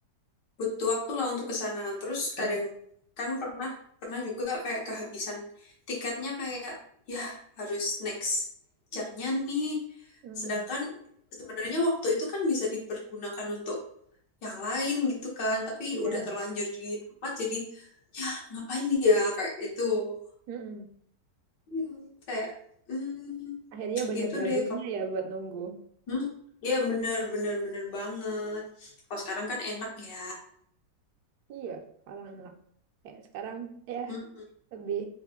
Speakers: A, on the left; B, on the right.
A: butuh waktu lah untuk ke sana. Terus
B: Mm.
A: kadang kan pernah pernah juga kayak kehabisan tiketnya kayak ya harus next jamnya nih.
B: Mm.
A: Sedangkan sebenarnya waktu itu kan bisa dipergunakan untuk yang lain gitu kan, tapi
B: Iya.
A: udah terlanjur di tempat jadi ya ngapain ya kayak gitu.
B: Mm-mm.
A: Iya. Kayak mm,
B: Akhirnya banyak
A: gitu
B: gabutnya
A: deh
B: ya buat nunggu.
A: Hmm, Iya bener bener bener banget. Kalau sekarang kan enak ya.
B: Iya, sekarang enak. Kayak sekarang ya
A: Hmm,
B: lebih.